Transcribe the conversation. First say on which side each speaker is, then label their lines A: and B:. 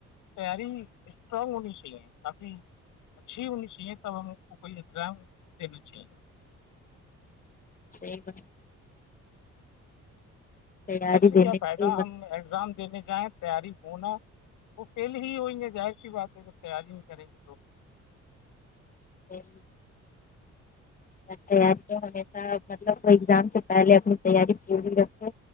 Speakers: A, on the left; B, on the left.
A: تیاری اسٹرانگ ہونی چاہیے کافی اچھی ہونی چاہیے تب ہم کو کوئی ایگزام دینا چاہیے
B: صی فرمایا تیاری
A: ایسے
B: دینے
A: کیا فائدہ
B: کی مطلب
A: ہم ایگزام دینے جائیں تیاری ہونا تو فیل ہی ہوئیں گے ظاہر سی بات ہے جب تیاری نہیں کریں گے تو
B: ا <unintelligible> تیاری تو ہمیشہ مطلب ایگزام سے پہلے اپنی تیاری پوری رکھو